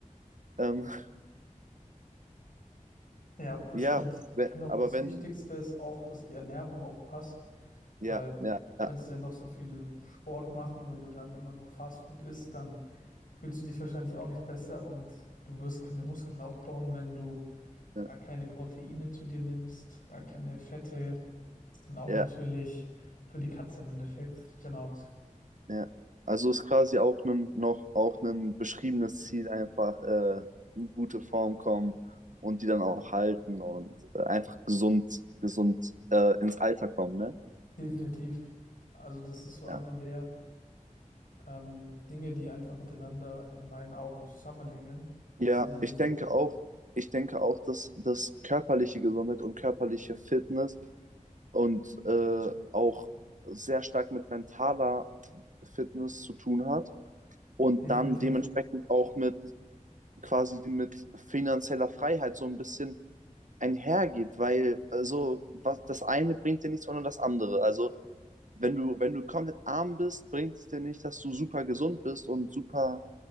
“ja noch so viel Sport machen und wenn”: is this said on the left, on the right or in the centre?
Left